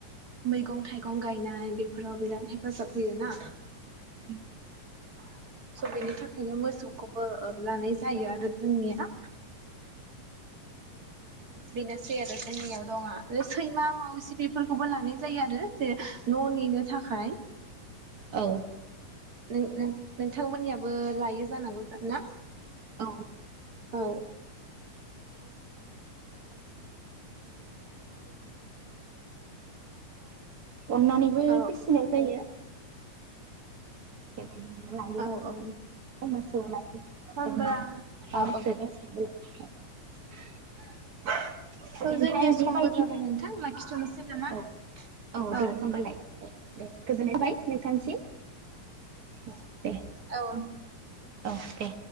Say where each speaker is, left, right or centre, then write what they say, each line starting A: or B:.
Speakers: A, on the right; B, on the right.
A: मैगं थाइगं गायनाय बेफोराव बिराद हेफाजाब होयो ना?
B: <inaudible>
A: बेनि थाखायनो मोसौखौबो लानाय जायो आरो जोंनिया बेनोसै आरो जोंनियाव दं आ सैमा माउज <unintelligible> बेफोरखौबो लानाय जायो आरो जे न' नेनो थाखाय
B: औ
A: नों नों- नोंथांमोननियाबो लायो जानांगौ ना?
B: <unintelligible> <inaudible>
A: औ
B: अननानैबो
A: औ
B: फिसिनाय जायो बेबायदिनो लायो
A: औ औ
B: <unintelligible>
A: होमब्ला औ औ
B: <unintelligible>
A: स'
B: ओमफ्राय
A: जोंनिया समबो
B: बेबायदिनो
A: जाबाय नोंथां लाखिथ'नोसै नामा
B: औ
A: औ।
B: दे होमबालाय दे गोजोननाय थाबाय। नोंथांनिसिम। देह देह।
A: औ।
B: अके।